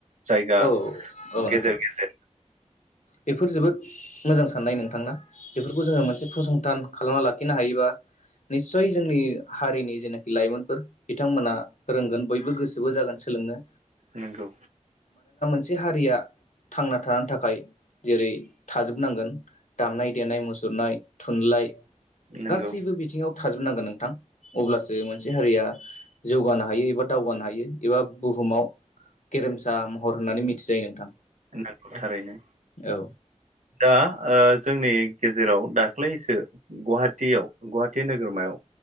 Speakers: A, on the right; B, on the left.
A: जायगा
B: औ औ
A: गेजेर
B: नोंथां
A: गेजेर
B: बेफोर जोबोद मोजां साननाय नोंथांना? बेफोरखौ जोङो मोनसे फसंथान खालामना लाखिनो हायोबा निस्सय जोंनि हारिनि जेनाखि लाइमोनफोर बिथांमोना रोंगोन बयबो गोसोबो जागोन सोलोंनो।
A: नोंगौ।
B: से हारिया थांना थानो थाखाय जेरै थाजोबनांगोन दामनाय देनाय मुसुरनाय थुनलाइ
A: नंगौ
B: गासैबो बिथिङाव थाजोबनांगोन नोंथां अब्लासो मोनसे हारिया जौगानो हायो एबा दावगानो हायो एबा बुहुमाव गेरेमसा महर होननानै मिथिजायो नोंथां।
A: नोंथां थारैनो।
B: औ
A: दा ओ जोंनि गेजेराव दाख्लैसो गुवाहाटियाव गुवाहाटि नोगोरमायाव